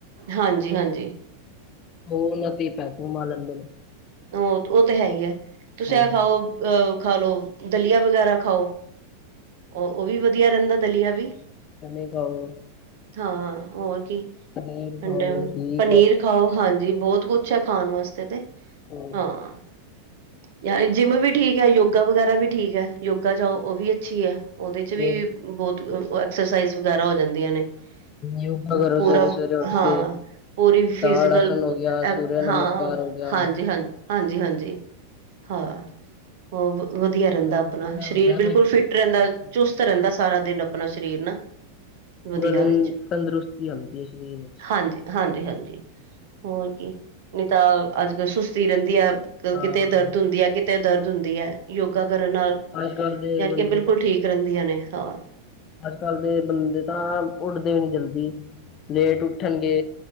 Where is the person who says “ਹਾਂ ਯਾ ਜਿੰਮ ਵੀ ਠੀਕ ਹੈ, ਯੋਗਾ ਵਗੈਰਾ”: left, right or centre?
Right